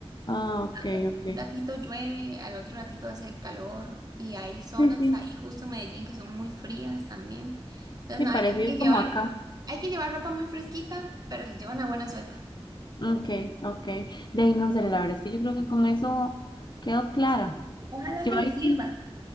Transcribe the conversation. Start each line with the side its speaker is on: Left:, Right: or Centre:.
Left: Ah, ok,
Right: Ah, como un
Left: ok.
Right: ratito llueve, al otro ratito hace calor y hay zonas
Left: Sí, sí,
Right: ahí justo en Medellín que son muy frías también. Entonces,
Left: sí,
Right: no,
Left: parecido
Right: hay hay que llevar,
Left: como acá.
Right: hay que llevar ropa muy fresquita, pero se lleva una buena sueta.
Left: Ok, ok. De ahí no sé, la verdad es que yo creo que con eso quedó clara.
Right: Ojalá
Left: Yo
Right: que les
Left: ahí
Right: sirva.
Left: sí,